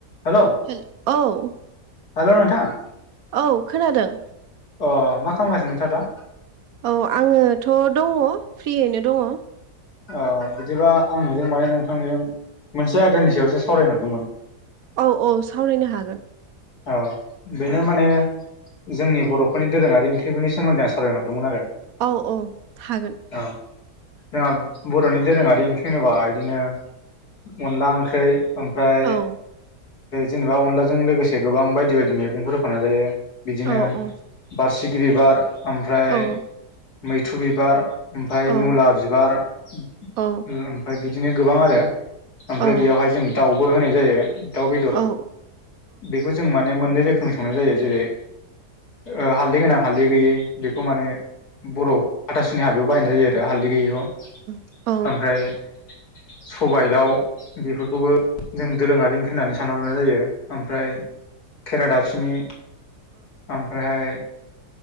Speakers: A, on the left; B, on the right.
A: हेलौ
B: हेल औ
A: हेलौ नोंथां
B: औ खोनादों।
A: अ मा खालामगासिनो नोंथाङा दा?
B: औ आङोथ' दङ फ्रियैनो दङ।
A: ओ बिदिबा आं नोंजों माने नोंथांजों मोनसे आयदानि सायावसो सावरायहरदोंमोन।
B: औ औ सावरायनो हागोन।
A: औ बेनो माने जोंनि बर'फोरनि दोरोङारि ओंख्रिफोरनि सोमोन्दै आं सावरायनो हरदोंमोन आरो।
B: औ औ हागोन।
A: औ जोंहा बर'नि दोरोङारि ओंख्रि होनोबा बिदिनो अनला ओंख्रै ओमफ्राय
B: औ
A: जेनेबा अनलाजों लोगोसे गोबां बायदि बायदि मैगंफोर होफानाय जायो। बिदिनो
B: औ औ
A: बारसिगि बिबार ओमफ्राय
B: औ
A: मैथ्रु बिबार ओमफाय
B: औ
A: मुला बिबार ओमफ्राय
B: औ
A: बिदिनो गोबां आरो। ओमफ्राय
B: औ
A: बेयावहाय जों दाउबो होनाय जायो दाउ बेदर
B: औ
A: बेखौ जों माने मोननै रोखोम सों संनाय जायो। जेरै ओ हालदै गोनां हालदै गैयै बेखौ माने बर' हाथासुनि हाबायाव बायनाय जायो आरो हालदै गैयैखौ
B: औ औ
A: ओमफ्राय सबाय, दाउ बेफोरखौबो जों दोरोङारि ओंख्रि होननानै सानना लानाय जायो ओमफ्राय खेरा दाफिनि ओमफ्रायहाय